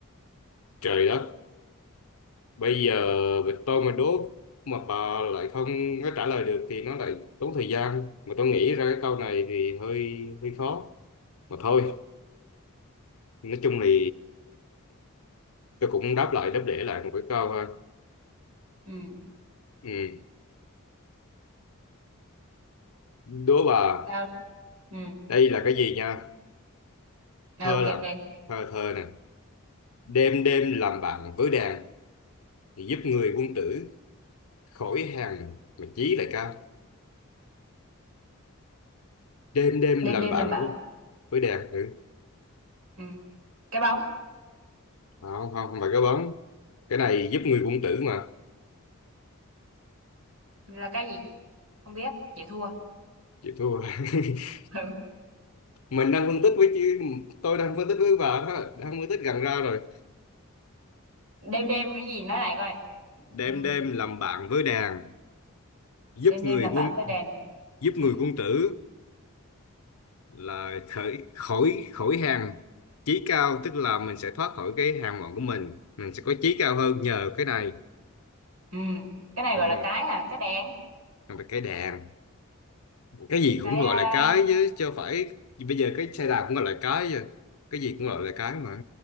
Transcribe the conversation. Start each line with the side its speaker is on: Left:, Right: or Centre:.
Left: trời đất bây giờ vịt tôi mà đố mà bà lại không có trả lời được thì nó lại tốn thời gian mà tôi nghĩ ra cái câu này thì hơi hơi khó mà thôi nói chung thì tôi cũng đáp lại đáp để lại một cái câu ha
Right: ừ
Left: Ừ. Đố bà,
Right: sao ừ
Left: đây là cái gì nha?
Right: À,
Left: Thơ
Right: ok
Left: lặng, thơ thơ nè. Đêm đêm làm bạn với đàn, thì giúp người quân tử khỏi hàng mà chí lại cao. Đêm đêm
Right: đêm
Left: làm
Right: đêm
Left: bạn
Right: làm bạn
Left: với, với đàn, ừ.
Right: ừ cái bóng
Left: Không, không, không phải cái bóng. Cái này giúp người quân tử mà.
Right: là cái gì không biết chịu thua <laughs>
Left: chị thua. <laughs>
Right: Ừ.
Left: Mình đang phân tích với chứ, tôi đang phân tích với bà đó, đang phân tích gần ra rồi.
Right: đêm đêm cái gì nói lại coi
Left: Đêm
Right: đuôi
Left: đêm làm bạn với đàn, giúp
Right: đêm
Left: người
Right: đêm làm
Left: quân
Right: bão cái đèn
Left: giúp
Right: ừ
Left: người quân tử là khởi khỏi khỏi hàng chí cao tức là mình sẽ thoát khỏi cái hàng ngọn của mình mình sẽ có chí cao hơn nhờ cái này
Right: ừ cái này
Left: ừ.
Right: gọi là cái à cái đèn
Left: Còn về cái đàn cái gì
Right: cái
Left: cũng gọi
Right: à,
Left: là cái chứ chứ không phải bây giờ cái xe đạp cũng gọi là cái rồi cái gì cũng gọi là cái mà